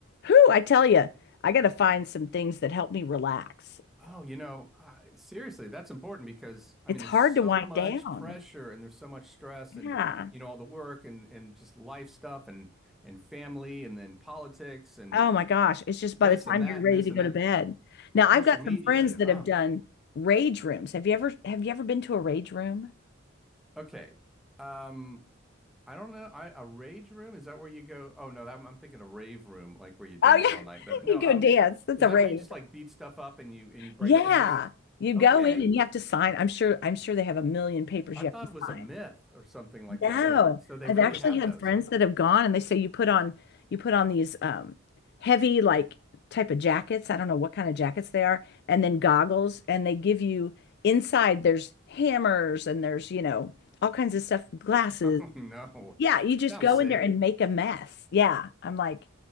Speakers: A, on the left; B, in the centre.
A: Whew, I tell you, I got to find some things that help me relax.
B: Oh, you know, I, seriously, that's important because I
A: It's
B: mean,
A: hard
B: there's so
A: to wind
B: much
A: down.
B: pressure and there's so much stress
A: Yeah.
B: and you know all the work and and just life stuff and and family and then politics and
A: Oh my gosh. It's just
B: this
A: by the time
B: and that
A: you're ready
B: and this
A: to
B: and
A: go
B: that.
A: to bed. Now, I've
B: Social
A: got
B: media
A: some friends
B: and
A: that
B: oh,
A: have done rage rooms. Have you ever have you ever been to a rage room?
B: okay. Um, I don't know. I a rage room, is that where you go? Oh no, that, I'm thinking a rave room, like where you dance
A: Oh yeah.
B: all night.
A: <laughs>
B: But no,
A: You go
B: um,
A: dance. That's
B: is
A: a
B: that
A: rage.
B: where you just like beat stuff up and you and you break
A: Yeah.
B: things?
A: You
B: Okay,
A: go in and you have to sign. I'm sure I'm sure they have a million papers
B: I
A: you
B: thought
A: have to
B: it was
A: sign.
B: a myth or something like
A: No,
B: that, but so they
A: I've
B: really
A: actually
B: have
A: had
B: those,
A: friends
B: huh?
A: that
B: <laughs>
A: have gone and they say you put on you put on these um heavy like type of jackets. I don't know what kind of jackets they are, and then goggles, and they give you inside there's hammers and there's, you know, all kinds of stuff, glasses.
B: Oh no.
A: Yeah, you just
B: Sounds
A: go
B: safe.
A: in there and make a mess. Yeah. I'm like,